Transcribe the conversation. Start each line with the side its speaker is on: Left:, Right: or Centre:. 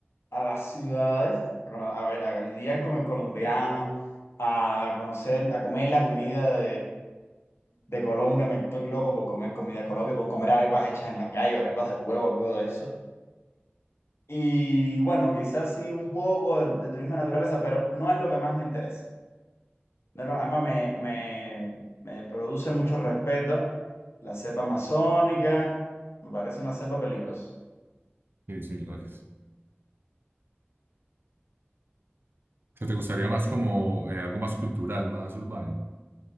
Left: a las ciudades, bueno, a ver, a lidiar con el colombiano, a conocer, a comer la comida de Colombia, me estoy loco por comer comida de Colombia, por comer arepas hechas en la calle, arepas de huevo, algo de eso. Y bueno, quizás sí un poco de, de turismo de naturaleza, pero no es lo que más me interesa. No es lo- además, me, me, me produce mucho respeto la selva amazónica, me parece una selva peligrosa.
Right: Sí, sí, lugares. ¿Qué te gustaría más como eh, algo más cultural, más urbano?